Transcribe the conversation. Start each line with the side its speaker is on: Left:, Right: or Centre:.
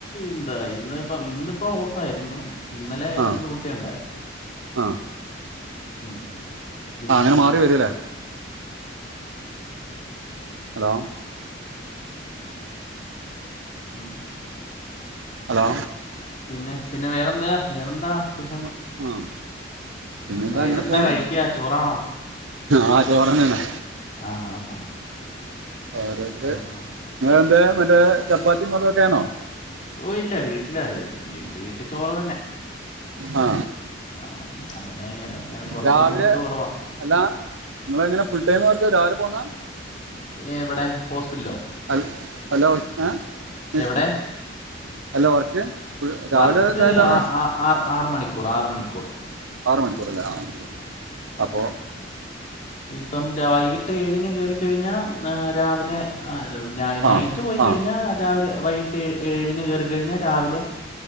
Left: ന്താ ഇന്ന് ഇപ്പ ഇന്നിപ്പോ ഓഫ് ഫായിരുന്നു ഇന്നലെ
Right: ആ
Left: ഒരു ഡ്യൂട്ടിണ്ടായിരുന്നു
Right: ആ
Left: ഉം പിന്നെ
Right: ആഹ് ങ്ങെനെ മാറി വരൂല്ലേ ഹലോ
Left: ഉം
Right: ഹലോ
Left: പിന്നെ പിന്നെ വേറെന്താ വേറെന്താ വിശേഷം
Right: ആഹ് പിന്നെതാ
Left: വൈകിട്ടെന്താ
Right: അങ്ങനെ പോണ്
Left: കഴിക്ക ചോറാണോ
Right: ആഹ് ചോറന്നെണ്
Left: ആഹ്
Right: ഓരോത്തര്
Left: ആഹ്
Right: ങ്ങന്തെ മറ്റേ ചപ്പാത്തി അതൊക്കെണോ
Left: ഓഹ് ഇല്ല വീട്ടില വീട്ടി വീട്ടി ചോറ് തന്നെ
Right: ആ
Left: അഹ് അങ്ങനെ അങ്ങനെ പുറത്തൊന്നും
Right: രാവിലെ
Left: ഫുഡ് കുറവാ
Right: അല്ല ഞങ്ങളെങ്ങനെ ഫുൾ ടൈം വർക്ക് രാവിലെ പോന്നാ
Left: എഹ് വടെ ഹോസ്പിറ്റ്ലോ?
Right: ഹലോ ഹലോ ഏഹ് നേഴ്സിംഗ്
Left: എവിടെ
Right: ഹാലെ വർക്ക് ഫുൾ രാവിലെ
Left: വർക്ക്
Right: ഇതായിട്ടാണോ
Left: ആഹ് ആഹ് ആഹ് ആറ് മണിക്കൂർ ആറ് മണിക്കൂറ്
Right: ക്കൂറ്ലെ അഹ് ശെരി അപ്പോ
Left: ഇപ്പം വൈകിട്ട് ഏഴിന് കേറിക്കഴിഞ്ഞാ രാവിലെ ആഹ്
Right: ആ
Left: നൈറ്റ് പോയി
Right: ആ
Left: കഴിഞ്ഞാ രാവിലെ വൈകിട്ട് ഏഴിന് കേറിക്കഴിഞ്ഞാ രാവിലെ